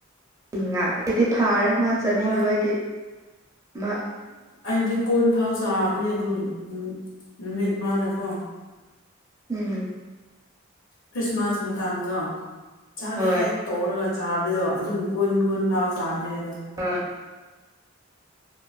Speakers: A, on the right; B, on the left.
A: ꯉꯗꯤ ꯐꯥꯔꯦ ꯃꯥ ꯆꯥꯅꯤꯡꯗꯕꯒꯤ
B: ꯍꯣꯏ
A: ꯃꯥ
B: ꯑꯩꯗꯤ ꯀꯣꯟ ꯐꯥꯎ ꯆꯥꯕꯅꯦ ꯑꯗꯨꯝ ꯅꯨꯃꯤꯠ ꯃꯥꯗꯀꯣ
A: ꯎꯝ
B: ꯈ꯭ꯔꯤꯁꯃꯥꯁ ꯃꯇꯝꯗꯣ ꯆꯥꯛ
A: ꯍꯣꯏ
B: ꯍꯦꯛ ꯇꯧꯔꯒ ꯆꯥꯕꯗꯣ ꯑꯗꯨꯝ ꯀꯨꯟ ꯀꯨꯟ ꯐꯥꯎ ꯆꯥꯕꯅꯦ ꯍꯥꯏꯗ
A: ꯑꯥ